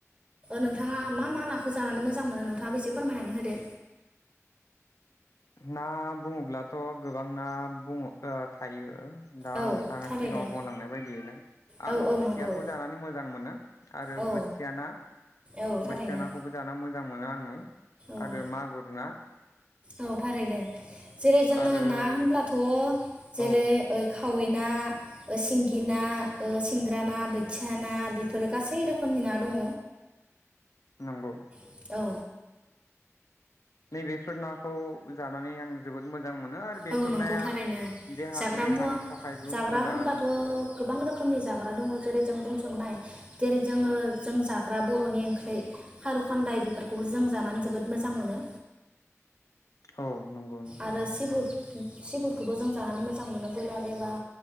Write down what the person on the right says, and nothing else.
नोंथाङा ओ मा मा नाखौ जानानै मोजां मोनो नोंथाङा बेसे फोरमायनानै होदो
औ
थारैनो
औ औ
नंगौ
औ
औ थारैनो
औ
औ थारैनो जेरै जोङो
ना होनब्लाथ जेरै
ओ‌ खावै खावै ना सिंगि ना सिंग्रा ना बोथिया ना बेफोर गासै रोखोम रोखोमनि ना दङ
औ
औ नंगौ
थारैनो
जाग्रा
मुवा
जाग्रा
होनब्लाथ गोबां रोखोमनि जाग्रा दङ जेरै जों बुंसनो हायो जेरै जोङो जों जाग्रा बरनि ओंख्रि खारौखान्दाय बेफोरखौबो जों जानानै जोबोद मोजां मोनो
आरो सिब सिबुखौबो जों जानानै मोजां मोनो ब्रयलार एबा